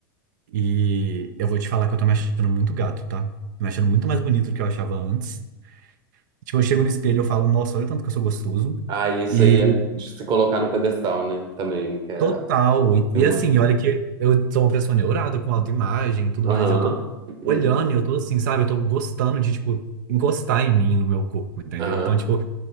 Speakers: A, on the right (about 55°); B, on the right (about 35°).
A: E eu vou te falar que eu tô me achando muito gato, tá? Me achando muito mais bonito do que eu achava antes. Tipo, eu chego no espelho e eu falo, nossa, olha o tanto que eu sou gostoso.
B: Ah, e isso
A: e
B: aí é de se colocar no pedestal, né? Também, que é
A: Total. E
B: tem uma.
A: e, assim, olha que eu sou uma pessoa neurada com autoimagem e tudo
B: Aham.
A: mais. Eu tô
B: Uhum.
A: olhando e eu tô assim, sabe? Eu tô gostando de, tipo, encostar em mim, no meu corpo, entendeu?
B: Aham.
A: Então, tipo,